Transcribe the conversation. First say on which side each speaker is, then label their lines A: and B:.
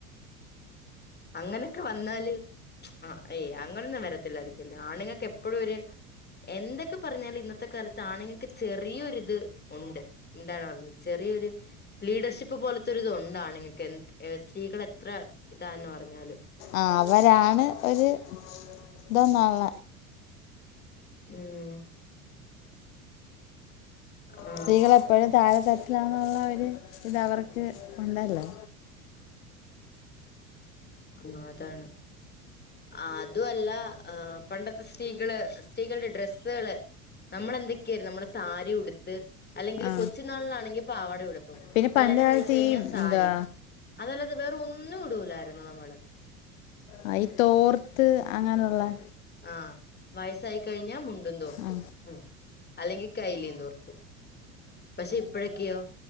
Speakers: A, on the left (about 25°); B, on the left (about 70°).
A: അങ്ങനൊക്കെ വന്നാല് ആ ഏയ് അങ്ങനൊന്നും വരത്തില്ലായിരിക്കുല്ലേ? ആണുങ്ങൾക്ക് എപ്പഴും ഒര് എന്തൊക്കെ പറഞ്ഞാല് ഇന്നത്തെ കാലത്ത് ആണുങ്ങൾക്ക് ചെറിയൊരിത് ഉണ്ട്, എന്താണ് പറഞ്ഞ് ചെറിയൊര് ലീഡർഷിപ്പ് പോലത്തെരുതുണ്ട് ആണുങ്ങൾക്ക് എ സ്ത്രീകൾ എത്ര ഇ എന്താന്ന് പറഞ്ഞാലും
B: ആ അവരാണ് ഒരു ഇതൊന്നൊള്ള
A: ഉം ആ
B: സ്ത്രീകൾ എപ്പോഴും താഴെ ത തട്ടിലാന്നുള്ള ഒരു ഇത് അവർക്ക് ഉണ്ടല്ലോ
A: ആ അതാണ്, അതു അല്ല ആ പണ്ടത്തെ സ്ത്രീകള് സ്ത്രീകളുടെ ഡ്രെസ്സുകള് നമ്മൾ എന്തൊക്കെയായിരുന്നു നമ്മടെ സാരി ഉടുത്ത് അല്ലെങ്കില്
B: ആ
A: കൊച്ചു നാളിലാണെങ്കി പാവാടയും ഉടുപ് പ്പ്
B: പിന്നെ
A: കല്യാണം
B: പണ്ട് കാലത്ത്
A: കഴിച്ച് കഴിഞ്ഞാ
B: ഈ
A: സാരി
B: എന്താ
A: അതല്ലാതെ വേറെ ഒന്ന് ഒന്നും ഇടൂല്ലാ നമ്മള്
B: അ ഈ തോർത്ത് അങ്ങനുള്ളെ
A: ആ വയസ്സായി കഴിഞ്ഞാ മുണ്ടും, തോർത്തു
B: ആ
A: ഉം അല്ലെങ്കിൽ കൈലിം തോർത്തും പക്ഷെ ഇപ്പഴെക്കെയോ